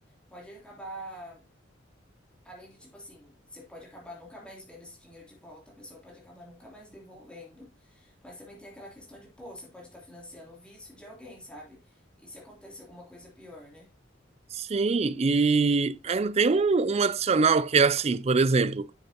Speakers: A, in the centre; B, on the right.
A: Pode acabar, além de tipo assim, você pode acabar nunca mais vendo esse dinheiro de volta, a pessoa pode acabar nunca mais devolvendo, mas também tem aquela questão de, pô, você pode estar financiando o vício de alguém, sabe? E se acontece alguma coisa pior, né?
B: Sim, e ainda tem um, um adicional que é assim, por exemplo,